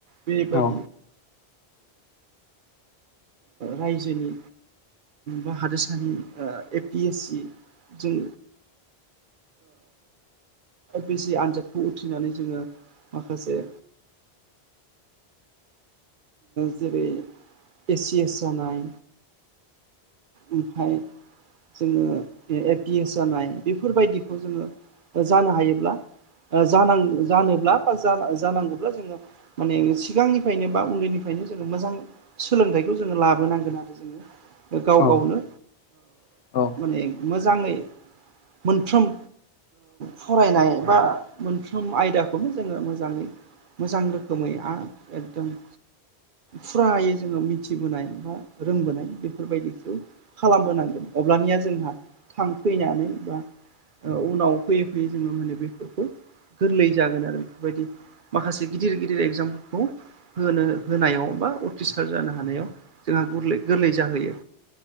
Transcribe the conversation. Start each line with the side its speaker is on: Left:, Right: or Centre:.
Right: बेबायदि
Left: औ
Right: रायजोनि बा हादोरसानि ए पि एस सि जों बिसि आनजादखौ उथ्रिनानै जोङो माखासे जेरै ए सि एस जानाय ओमफाय जोङो ए पि एस जानाय बेफोरबायदिखौ जोङो जानो हायोब्ला जान जानोब्ला बा जानांगौब्ला जोङो माने सिगांनिफ्रायनो बा उन्दैनिफ्रायनो जोङो मोजां सोलोंथाइखौ जोङो लाबोनांगोन आरो जोङो गाव
Left: औ
Right: गावनो
Left: औ
Right: माने मोजाङै मोनफ्रोम फरायनाय बा मोनफ्रोम आयदाखौनो जोङो मोजाङै मोजां रोखोमै आरो एकदम फुरायै जोङो मिथिबोनाय बा रोंबोनाय बे बेफोरबायदिखौ खालामबोनांगोन अब्लानिया जोंहा थांफैनानै बा उनाव फैयै फैयै जोङो माने बेफोरखौ गोरलै जागोन आरो बेफोरबायदि माखासे गिदिर गिदिर एगजामफोरखौ होनो होनायाव बा उथिसार जानो हानायाव जोंहा गोरलै गोरलै जाहोयो।